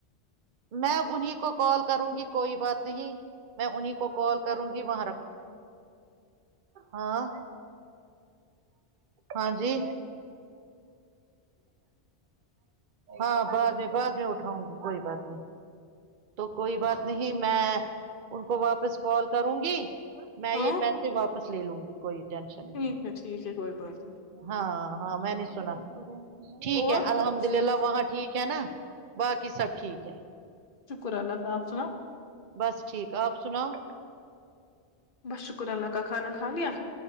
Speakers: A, on the right; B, on the left.
A: میں ا انہیں کو کال کروں گی کوئی بات نہیں میں انہیں کو کال کروں گی وہاں رکھو ہاں ہاں جی ہاں بعد میں بعد میں اٹھاؤں گی کوئی بات نہیں تو کوئی بات نہیں میں ان کو واپس کال کروں گی میں
B: ہاں
A: یہ پیسے واپس لے لوں گی کوئی ٹینشن
B: ٹھیک
A: نہیں ہے
B: ٹھیک کوئی بات نہیں
A: ہاں ہاں میں نہیں سنا ٹھیک
B: اور
A: ہے الحمد
B: شکر
A: للہ وہاں ٹھیک ہے نا باقی سب ٹھیک ہے
B: شکر اللہ ت آ آپ سنا
A: بس ٹھیک آپ سناؤ
B: بس شکر اللہ کا خانہ خانیا